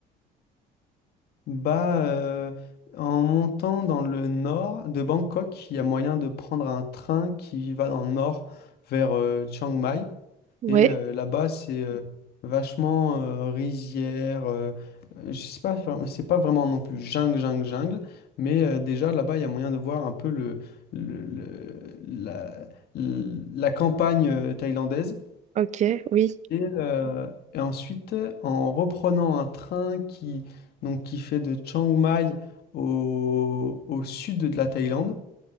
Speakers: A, on the left; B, on the right.
A: Bah, euh, en montant dans le nord de Bangkok, il y a moyen de prendre un train qui va dans le nord vers euh, Chiang Mai.
B: Ouais.
A: Et euh, là-bas, c'est euh, vachement euh, rizière. euh, euh, je sais pas, vraiment- c'est pas vraiment non plus jungle, jungle, jungle. Mais euh, déjà, là-bas, il y a moyen de voir un peu le, le- le- la, la campagne euh, thaïlandaise.
B: Ok. Oui.
A: Et, euh, et ensuite, en reprenant un train qui, donc, qui fait de Chiang Mai au, au sud de la Thaïlande,